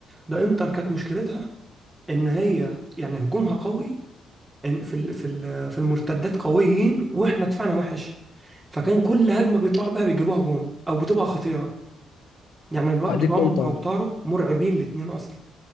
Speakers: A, on the right; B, on the left.
A: ده إنتر كانت مشكلتها إن هي يعني هجومها قوي إن في ال في ال في المرتدات قويين وإحنا دفاعنا وحش، فكان كل هجمة بيطلعوا بيها بيجيبوها جون أو بتبقى خطيرة، يعني الواد
B: اديك
A: ترام
B: قلت
A: ولوتارو
B: اهو
A: مرعبين الاتنين أصلا،